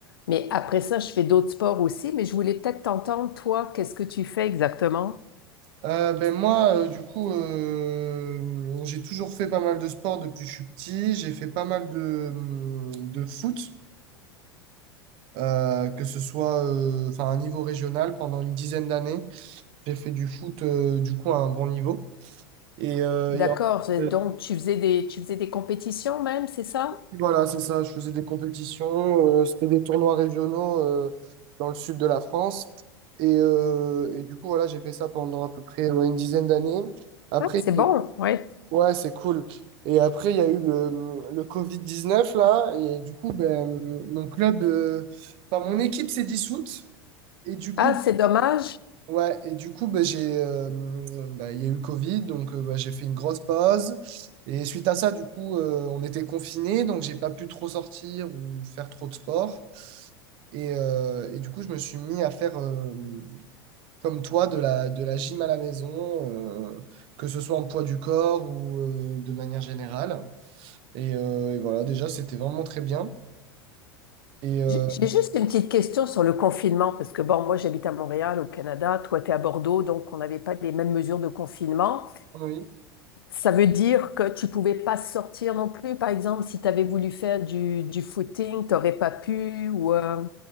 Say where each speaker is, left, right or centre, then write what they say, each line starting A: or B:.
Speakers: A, on the left (about 65°); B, on the right (about 40°).
A: Mais après ça, je fais d'autres sports aussi, mais je voulais peut-être t'entendre, toi, qu'est-ce que tu fais exactement?
B: Euh, ben moi, euh, du coup, euh, j'ai toujours fait pas mal de sport depuis que je suis petit. J'ai fait pas mal de, de foot. euh, que ce soit euh, enfin, à un niveau régional pendant une dizaine d'années. J'ai fait du foot euh, du coup à un bon niveau. Et, euh,
A: D'accord,
B: et en-
A: j'ai-
B: euh,
A: donc tu faisais des, tu faisais des compétitions même, c'est ça?
B: voilà, c'est ça, je faisais des compétitions, euh, c'était des tournois régionaux euh, dans le sud de la France. Et, euh, et du coup, voilà, j'ai fait ça pendant à peu près ouais, une dizaine d'années. Après,
A: Ah, c'est bon, oui.
B: ouais, c'est cool. Et après, il y a eu le, le Covid-19, là. Et du coup, ben, mon club, euh, enfin, mon équipe s'est dissoute. Et du coup,
A: Ah, c'est dommage.
B: Ouais, et du coup, bah, j'ai, euh, bah, il y a eu le Covid, donc euh, bah, j'ai fait une grosse pause. Et suite à ça, du coup, euh, on était confinés, donc j'ai pas pu trop sortir ou faire trop de sport. Et, euh, et du coup, je me suis mis à faire, euh, comme toi, de la, de la gym à la maison, euh, que ce soit en poids du corps ou euh, de manière générale. Et, euh, et voilà, déjà, c'était vraiment très bien. Et euh,
A: J'ai j'ai juste une petite question sur le confinement, parce que bon, moi j'habite à Montréal, au Canada, toi tu es à Bordeaux, donc on n'avait pas les mêmes mesures de confinement.
B: oui.
A: Ça veut dire que tu pouvais pas sortir non plus, par exemple, si tu avais voulu faire du, du footing, t'aurais pas pu ou... euh,